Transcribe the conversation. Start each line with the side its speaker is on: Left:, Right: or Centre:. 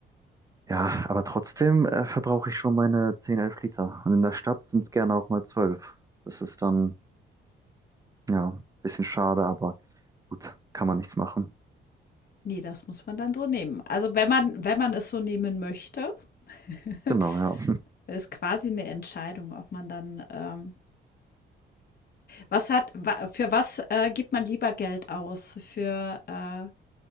Right: Ja, aber trotzdem äh, verbrauche ich schon meine 10, 11 Liter. Und in der Stadt sind es gerne auch mal 12. Das ist dann, ja, ein bisschen schade, aber gut, kann man nichts machen.
Left: Ne, das muss man dann so nehmen. Also, wenn man wenn man es so nehmen möchte, <laughs>
Right: Genau, ja.
Left: ist quasi eine Entscheidung, ob man dann, ähm was hat wa für was, äh, gibt man lieber Geld aus? Für, äh